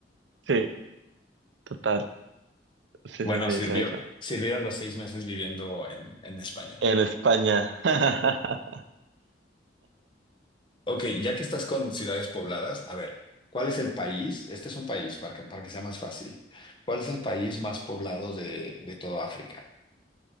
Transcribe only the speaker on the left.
Bueno,
sirvió,
sirvieron los seis meses viviendo en, en España.
Ok, ya que estás con ciudades pobladas, a ver, ¿cuál es el país? Este es un país para que, para que sea más fácil. ¿Cuál es el país más poblado de, de todo África?